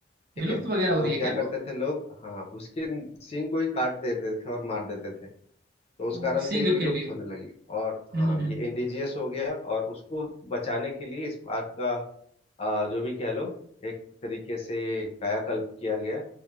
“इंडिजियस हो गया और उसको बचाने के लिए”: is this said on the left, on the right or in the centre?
Left